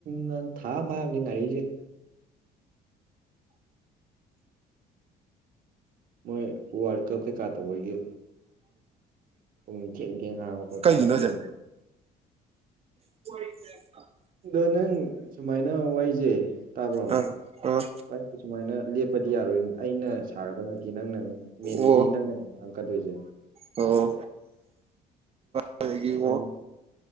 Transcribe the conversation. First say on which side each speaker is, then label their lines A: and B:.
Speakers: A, on the right (about 55°); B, on the right (about 35°).
A: ꯅ ꯊꯥ ꯑꯝ ꯃꯅꯤ ꯉꯥꯔꯤꯁꯦ ꯃꯣꯏ ꯋꯥꯔꯜ ꯀ꯭ꯂꯞ ꯀꯩꯀꯥ ꯇꯧꯕꯒꯤ ꯄꯨꯡ ꯊꯦꯡ ꯊꯦꯡ ꯍꯥꯡꯕ ꯈꯣꯠꯄ
B: ꯀꯩꯒꯤꯅꯣ ꯍꯥꯏꯖꯦ
A: ꯌꯦꯡ
B: <unintelligible>
A: ꯗꯣ ꯅꯪ ꯁꯨꯃꯥꯏꯅ ꯋꯥꯏꯁꯦ ꯇꯥꯕ꯭ꯔꯣ <unintelligible>
B: ꯑꯥ ꯑꯥ
A: ꯁꯨꯃꯥꯏꯅ ꯂꯦꯞꯄꯗꯤ ꯌꯥꯔꯣꯏ ꯑꯩꯅ ꯁꯥꯒꯗꯕ ꯅꯠꯇꯦ ꯅꯪꯅ ꯃꯦꯟꯂꯤ
B: ꯑꯣ
A: ꯅꯪꯅ ꯉꯥꯡꯉꯛꯀꯥꯗꯣꯏꯖꯦ
B: ꯑꯣ ꯑꯩꯒꯤ ꯑꯣ
A: ꯅꯪꯅ